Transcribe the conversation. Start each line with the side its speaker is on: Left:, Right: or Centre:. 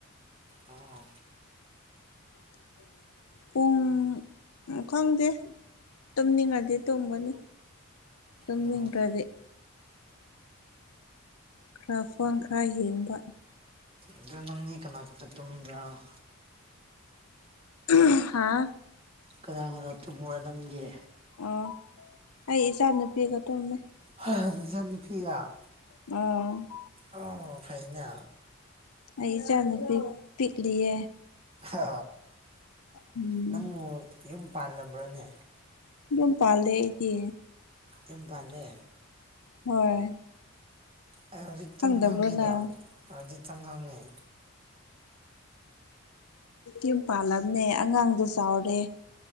Right: ꯑꯎ
Left: <inaudible> ꯄꯨꯡ ꯈꯪꯗꯦ ꯇꯨꯝꯅꯤꯡꯉꯗꯤ ꯇꯨꯝꯒꯅꯤ ꯇꯨꯝꯅꯤꯡꯗ꯭ꯔꯗꯤ
Right: ꯎꯝ
Left: ꯈꯔ ꯐꯣꯟ ꯈꯔ ꯍꯦꯡꯕ
Right: ꯑꯗꯨ ꯅꯪꯗꯤ ꯀꯅꯥ ꯀꯅꯥ ꯇꯨꯝꯕ꯭ꯔꯥ
Left: <unintelligible> ꯍꯥꯥ
Right: ꯀꯅꯥ ꯀꯅꯥ ꯇꯨꯝꯃꯨꯔꯅꯪꯒꯦ
Left: ꯑꯣ ꯑꯩ ꯏꯆꯥ ꯅꯨꯨꯄꯤꯒ ꯇꯨꯝꯃꯦ
Right: <unintelligible> ꯅꯆꯥꯅꯨꯄꯤꯒꯥ
Left: ꯎꯝ
Right: ꯑꯣ ꯐꯩꯏꯅ
Left: ꯑꯩ ꯏꯆꯥ ꯅꯨꯨꯄꯤ ꯄꯤꯛꯂꯤꯌꯦ
Right: ꯑ
Left: ꯎꯝ
Right: ꯅꯪꯕꯨ ꯌꯨꯝ ꯄꯥꯜꯂꯕ꯭ꯔꯣꯅꯦ
Left: ꯌꯨꯝ ꯄꯥꯜꯂꯦ ꯑꯩꯗꯤ
Right: ꯌꯨꯝ ꯄꯥꯜꯂꯦ
Left: ꯍꯣꯏ
Right: ꯑ ꯩ ꯍꯧꯖꯤꯛꯇꯪ
Left: ꯈꯪꯗꯕ꯭ꯔꯣ
Right: ꯈꯪꯉꯤꯗ
Left: ꯅꯪ
Right: ꯍꯧꯖꯤꯛꯇꯪ ꯈꯪꯉ‌ꯦ
Left: ꯌꯨꯝ ꯄꯥꯜꯂꯝꯅꯦ ꯑꯉꯥꯡꯗꯣ ꯆꯥꯎꯔꯦ